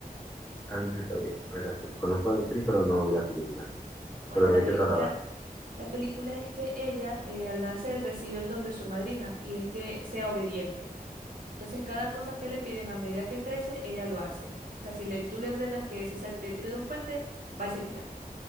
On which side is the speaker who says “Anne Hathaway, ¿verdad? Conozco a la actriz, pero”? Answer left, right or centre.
Left